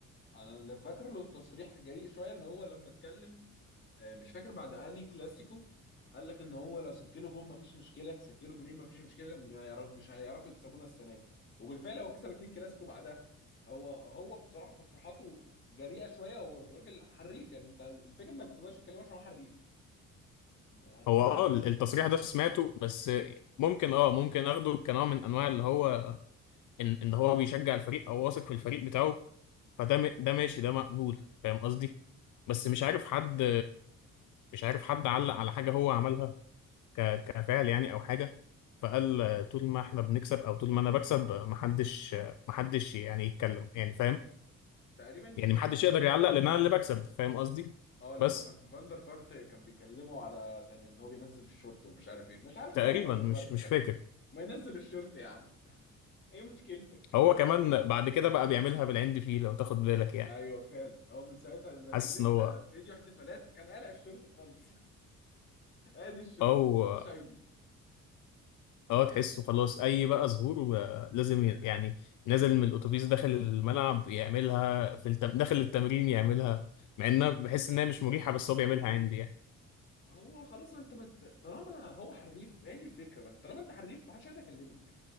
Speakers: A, on the left; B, on the left.
A: انا اللي فاكر له تصريح جريء شويه ان هو لما اتكلم آه، مش فاكر بعد انهي كلاسيكو قال لك ان هو لو سجلوا جون مفيش مشكله سجلوا جونين مفيش مشكله ما يعر- مش هيعرفوا يكسبونا السنه دي وبالفعل هو كسب اتنين كلاسيكو بعدها هو هو بصراحه تصريحاته جريئه شويه والراجل حريف يعني انت الفكره انك ما تقدرش تتكلمه عشان هو حريف هتقول
B: هو اه
A: له ايه
B: التصريح ده سمعته بس ممكن اه ممكن اخده كنوع من انواع اللي هو ان ان هو بيشجع الفريق او واثق في الفريق بتاعه فده م- ده ماشي ده مقبول فاهم قصدي بس مش عارف حد مش عارف حد علق على حاجة هو عملها ك- كفعل يعني او حاجة فقال طول ما احنا بنكسب او طول ما انا بكسب محدش محدش يعني يتكلم يعني فاهم
A: تقريبا دي
B: يعني
A: حته
B: محدش يقدر
A: فاندر
B: يعلق لان انا اللي بكسب فاهم قصدي
A: اه لما
B: بس
A: كان فاندر فارت كان بيكلمه على ت- ان هو بينزل الشورت ومش عارف ايه مش عارف
B: تقريبا
A: ماله فاندر
B: مش
A: فارت
B: مش
A: كمان
B: فاكر
A: ما ينزل الشورت يا عم <laughs> ايه مشكلتك
B: هو كمان بعد كده بقى بيعملها بالعند فيه لو تاخد بالك يعني
A: ايوه فعلا هو من ساعتها ده
B: حاسس
A: كان لسه
B: ان هو
A: في فيديو احتفالات كان قالع الشورت خالص <laughs> ادي الشورت
B: او
A: وراح شايله
B: اه تحسه خلاص اي بقى ظهور بقى لازم ي- يعني نازل من الاتوبيس داخل الملعب يعملها في التم... داخل التمرين يعملها مع انها بحس انها مش مريحة بس هو بيعملها عندي يعني
A: هو خلاص انت ما ت- طالما هو حريف هي دي الفكره بقى طالما انت حريف ما حدش هيقدر يكلمك